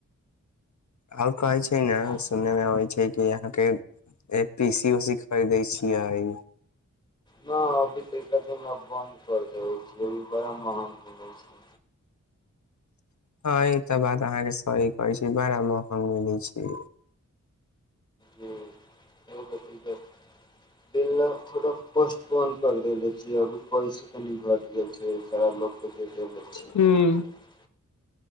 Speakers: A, on the left (about 70°); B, on the left (about 15°).
A: आओर कहै छै, ने
B: आ
A: सुने मे अबै छै। कि अहाँकेँ एक पीसी उसी खरीदे छीयै।
B: न अभी तऽ ईति बन्द कर दे छीभी बड़ा महंग मिल छै।
A: हाँ, ई तऽ बात अहाँकेँ सही कहै छै, बड़ा महंग मिले छै।
B: जी आब‌ <unintelligible> बिल्ल थोड़ा पोस्टपोन कर देले छीय अभी पैसा तनी घट गेल छै, सारा लोक के जे दऽ लै छियै।
A: ह
B: न